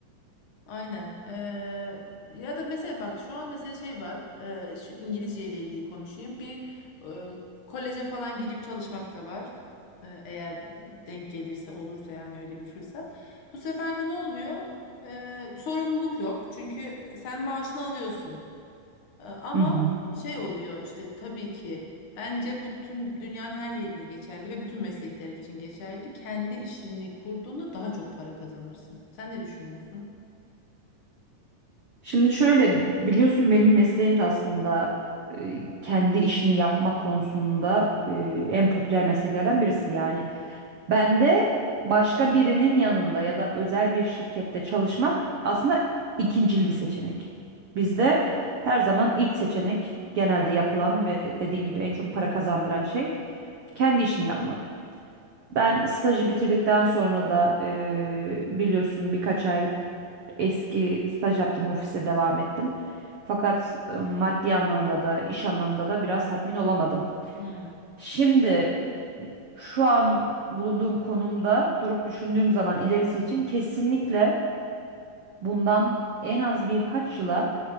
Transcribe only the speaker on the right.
Hı hı.
Şimdi şöyle biliyorsun benim mesleğim de aslında e, kendi işini yapmak konusunda e, en popüler mesleklerden birisi. Yani ben de başka birinin yanında ya da özel bir şirkette çalışmak aslında ikincil bir seçenek. Bizde her zaman ilk seçenek genelde yapılan ve dediğin gibi en çok para kazandıran şey kendi işini yapmak. Ben stajı bitirdikten sonra da e, biliyorsun birkaç ay eski staj yaptım ofise devam ettim. Fakat e, maddi anlamda da iş anlamda da biraz tatmin olamadım.
Şimdi şu an bulunduğum konumda durup düşündüğüm zaman ilerisi için kesinlikle bundan en az birkaç yıla